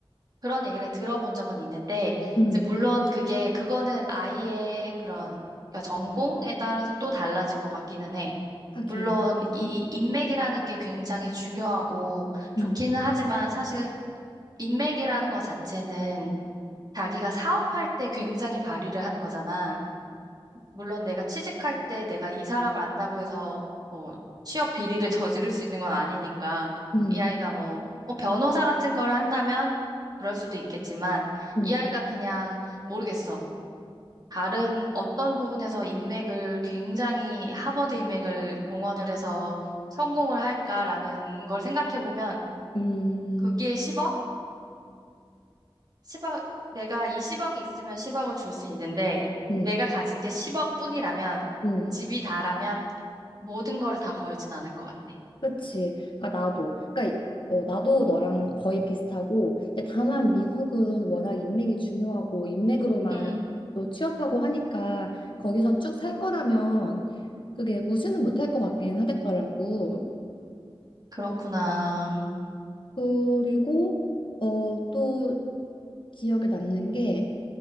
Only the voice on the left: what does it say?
음,
하긴.
음,
음,
음,
음,
음, 음,
음,
음.
그치. 그러니까 나도. 그러니까 어, 나도 너랑 거의 비슷하고. 근데 다만 미국은 워낙 인맥이 중요하고 인맥으로만
또 취업하고 하니까 거기서 쭉 살 거라면 그게 무시는 못할 것 같긴 하겠더라고.
그리고 어, 또 기억에 남는 게